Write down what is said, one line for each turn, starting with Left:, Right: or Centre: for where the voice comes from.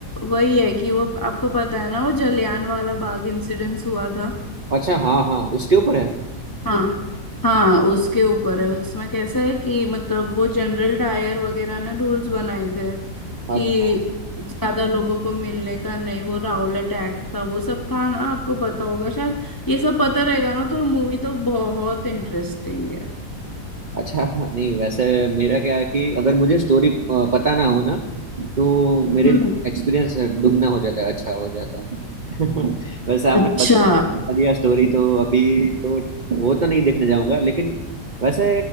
Left: वही है कि वो आपको पता है ना वो जलियान वाला बाग इंसिडेंस हुआ था
Right: अच्छा हाँ हाँ उसके ऊपर है
Left: हाँ हाँ उसके ऊपर है उसमें कैसा है कि मतलब वो जनरल डायर वगैरह ने रूल्स बनाए थे कि
Right: अच्छा
Left: ज्यादा हम्म लोगों को मिलने का नहीं वो राउलेट एक्ट था वो सब था ना आपको पता होगा शायद ये सब पता रहेगा ना तो मूवी तो बहुत इंटरेस्टिंग है
Right: अच्छा नहीं वैसे मेरा क्या है कि अगर मुझे स्टोरी पता ना हो ना तो मेरे
Left: हम्म,
Right: लिए एक्सपीरियंस दुगना हो जाता है अच्छा हो जाता है <laughs> वैसे आपने
Left: अच्छा
Right: बता बता दिया स्टोरी तो अभी तो वो तो नहीं देखने जाऊंगा लेकिन वैसे